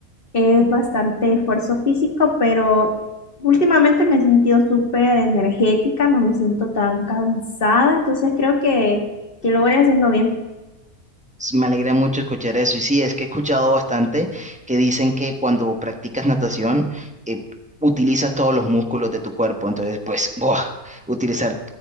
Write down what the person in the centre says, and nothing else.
Me alegra mucho escuchar eso. Y sí, es que he escuchado bastante que dicen que cuando practicas natación, eh, utilizas todos los músculos de tu cuerpo. Entonces, pues, ¡buah! utilizar